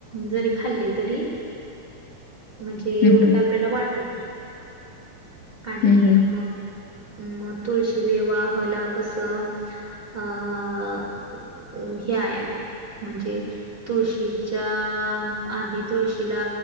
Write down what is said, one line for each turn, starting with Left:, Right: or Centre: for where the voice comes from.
Right: जरी खाल्ले तरी, म्हणजे एवढं
Left: हम्म हम्म
Right: काय आपल्याला वाटत नाही. आणि
Left: हम्म
Right: मग म तुळशी विवाहला कसं अ अ हे आहे. म्हणजे तुळशीच्या आधी तुळशी शीला